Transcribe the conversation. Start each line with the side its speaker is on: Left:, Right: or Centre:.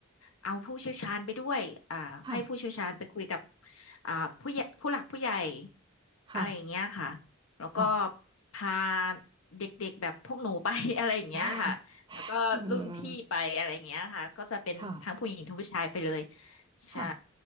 Left: เอาผู้เชี่ยวชาญไปด้วยอ่าให้ผู้เชี่ยวชาญไปคุยกับ
Right: ค่ะ
Left: อ่าผู้ใหญ่ผู้หลักผู้ใหญ่
Right: ค่ะ
Left: อะไรอย่างเงี้ยค่ะแล้วก็
Right: ค่ะ
Left: พาเด็กๆแบบพวกหนูไป <laughs> อะไรอย่างเงี้ยค่ะแล้วก็รุ่นพี่ไปอะไรอย่างเงี้ยค่ะก็จะเป็นทั้งผู้หญิงทั้งผู้ชายไปเลย
Right: <laughs> อืมค่ะค่ะ
Left: ใช่